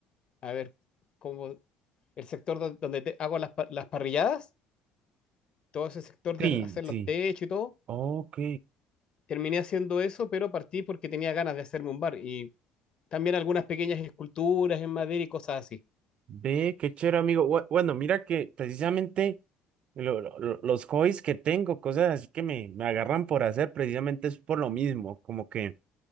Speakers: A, on the left; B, on the right.
A: a ver, como el sector do- donde te- hago las, pa- las parrilladas, todo ese sector de
B: Sí,
A: hacer
B: sí.
A: los techos y todo.
B: Ok,
A: Terminé haciendo eso, pero partí porque tenía ganas de hacerme un bar y también algunas pequeñas esculturas en madera y cosas así.
B: ve, qué chévere, amigo. Bue- Bueno, mira que precisamente lo- lo- lo- los hobbies que tengo, cosas así que me, me agarran por hacer, precisamente es por lo mismo, como que,